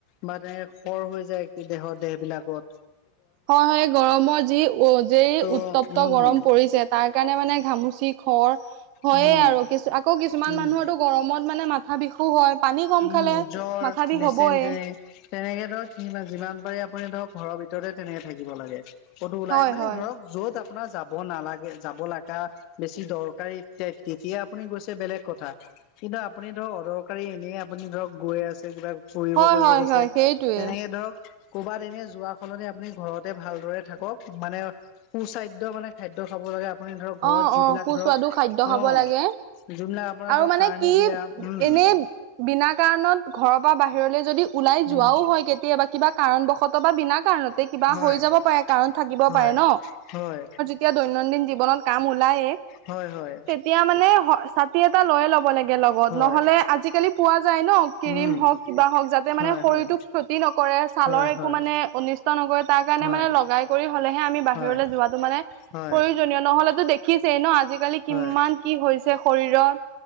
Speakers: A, on the left (about 50°); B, on the right (about 50°).
A: বা তেনেকে খৰ হৈ যায় কি দেহৰ দেহবিলাকত।
B: হয় হয়, গৰমৰ যি উ যেই
A: ত'
B: উত্তপ্ত
A: উম
B: গৰম পৰিছে তাৰ কাৰণে মানে ঘামুচি খৰ হয়ে
A: উম
B: আৰু কিছু আকৌ কিছুমান
A: উম।
B: মানুহৰটো গৰমত মানে মাথা বিষু হয়। পানী কম
A: উম,
B: খালে
A: জ্বৰ,
B: মাথা বিষ
A: ডিছেন্তেৰি
B: হবই
A: সে সেয়ে ধৰক সিমান যিমান পাৰি আপুনি ধৰক ঘৰৰ ভিতৰতে তেনেকে থাকিব লাগে। কতো ওলাই
B: হয়
A: মানে
B: হয়
A: ধৰক য'ত আপোনাৰ যাব নালাগে, যাব লাগা বেছি দৰকাৰী তিয়া তেতিয়া আপুনি গৈছে বেলেগ কথা কিন্তু আপুনি ধৰক অদৰকাৰী এনে আপুনি ধৰক গৈ আছে কিবা ফুৰিব
B: হয়
A: কৰিব
B: হয়
A: গৈছে
B: হয় সেইটোৱে
A: তেনেকে ধৰক ক'ৰবাত এনে যোৱা সলনি আপুনি ঘৰতে ভালদৰে থাকক মানে সুস্বাদ্য মানে খাদ্য খাব লাগে, আপুনি ধৰক ঘৰত
B: অ
A: যিবিলাক
B: অ সুস্বাদু
A: ধৰক
B: খাদ্য খাব
A: অ।
B: লাগে
A: যোনবিলাক আপোনাৰ
B: আৰু
A: ধৰক
B: মানে
A: সাৰ
B: কি
A: নিদিয়া উম।
B: এনেই বিনা কাৰণত ঘৰৰ পৰা বাহিৰলৈ যদি ওলাই
A: উম,
B: যোৱাও হয় কেতিয়াবা কিবা কাৰণবশতঃ বা বিনা কাৰণতে কিবা
A: হয়,
B: হৈ যাব পাৰে কাৰণ থাকিব
A: হয়,
B: পাৰে ন।
A: হয়।
B: এতিয়া দৈনন্দিন জীৱনত কাম ওলায়ে।
A: হয় হয়।
B: এতিয়া মানে হ ছাতি এটা লৈয়ে ল'ব লা কে লগত,
A: হয়,
B: নহলে আজিকালি পোৱা যায় ন ক্ৰীম
A: উম,
B: হওক, কিবা হওক যাতে
A: হয়,
B: মানে শৰীৰটোক
A: হয়,
B: ক্ষতি নকৰে, ছালৰ
A: হয়,
B: একো
A: হয়, হয়,
B: মানে অনিষ্ট নকৰে তাৰ কাৰণে
A: হয়,
B: মানে লগাই কৰি হলেহে আমি বাহিৰলৈ
A: হয়,
B: যোৱাত তোমাৰে
A: হয়।
B: জুনিয়ৰ নহলেতো দেখিছেই ন আজিকালি কিমান
A: হয়,
B: কি হৈছে শৰীৰত